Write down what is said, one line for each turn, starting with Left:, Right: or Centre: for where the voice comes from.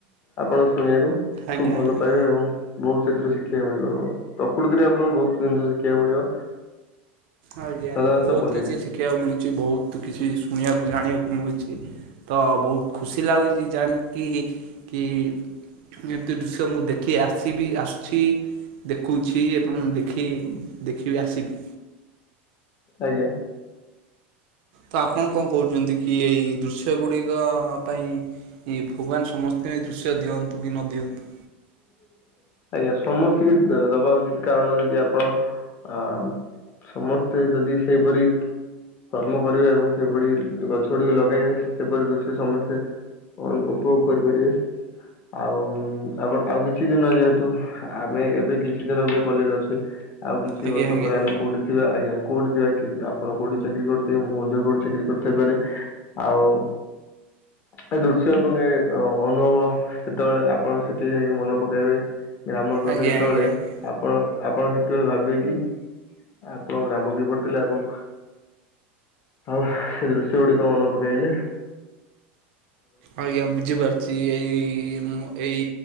Left: ଆପଣ ଶୁଣିବାକୁ
Right: ଆଜ୍ଞା
Left: ଖୁବ୍ ଭଲ
Right: ଆଜ୍ଞା।
Left: ପାଇବେ, ଏବଂ ବହୁତ ସେଥି୍ର ଶିଖିବା ଶିଖିବାକୁ ମିଳିବ ଆପଣଙ୍କୁ, ପ୍ରକୃତିରେ ଆପଣଙ୍କୁ ବହୁତ ଜିନିଷ ଶିଖିବାକୁ ମିଳିବ।
Right: ଆଜ୍ଞା
Left: ସାଧାରଣତଃ
Right: ବହୁତ
Left: ପଲ୍ଲୀରେ
Right: କିଛି ଶିଖିବାକୁ ମିଳୁଛି, ବହୁତ କିଛି ଶୁଣିବାକୁ ଜାଣିବାକୁ ହେଉଛି ତ ବହୁତ ଖୁସି ଲାଗୁଛି, ଜାଣିକି କି ଏମିତି ଦୃଶ୍ୟ ମୁଁ ଦେଖି ଆସି ବି, ଆସୁଛି। ଦେଖୁଛି ଏବଂ ଦେଖି ଦେଖିବି ଆସିବି
Left: ଆଜ୍ଞା।
Right: ତ ଆପଣ କଣ କହୁଛନ୍ତି କି, ଏଇ ଦୃଶ୍ୟ ଗୁଡିକ ପାଇଁ ଏ ଭଗବାନ ସମସ୍ତଙ୍କୁ ଏ ଦୃଶ୍ୟ ଦିଅନ୍ତୁ କି, ନ ଦିଅନ୍ତୁ
Left: ହୁଁ ଆଜ୍ଞା ସମସ୍ତିକି ଦବା ଉଚିତ, କାରଣ ଯଦି ଆପଣ ଅ ସମସ୍ତେ ଯଦି ସେଇପରି କର୍ମ କରିବେ, ଏବଂ ସେଭଳି ଗଛ ଗୁଡିକ ଲଗେଇବେ ସେପରି ଦୃଶ୍ୟ ସମସ୍ତେ ଉପଭୋଗ କରିପାରିବେ, ଆଉ ଆ ଆଉ କିଛି ଦିନ ଯେହେତୁ କି ଆମେ ଏବେ କିଛି ଦିନ ବି ପଲ୍ଲୀରେ ଅଛେ, ଆଉ କିଛି
Right: ଆଜ୍ଞା
Left: ବର୍ଷ
Right: ଆଜ୍ଞା
Left: ପରେ ଆମେ କୋଉଠି ଥିବା ଆଜ୍ଞା। କୋଉଠି ଥିବା କି ଆପଣ କୋଉଠି ଚାକିରି କରୁଥିବେ, ମୁଁ ମଧ୍ୟ କୋଉଠି ଚାକିରି କରିୁଥାଇପାରେ? ଆଉ ଏ ଦୃଶ୍ୟ ଏବଂ ଏ ଅନୁଭବ ସେତେବେଳେ, ଆପଣ ସେଠି ଯାଇକି ମନେ ପକାଇବେ। ଗ୍ରାମର କଥା
Right: ଆଜ୍ଞା
Left: ଯେତେବେଳେ
Right: ଆଜ୍ଞା ଆଜ୍ଞା।
Left: ଆପଣ ଆପଣ ସେତେବେଳେ ଭାବିବେ କି, ଆପଣଙ୍କ ଗ୍ରାମ କି ପରି ଥିଲା ଏବଂ ଆଉ ସେ ଦୃଶ୍ୟ ଗୁଡିକ ମନେ ପକାଇଲେ
Right: ଆଜ୍ଞା ବୁଝିପାରୁଛି, ଏଇ ଏଇ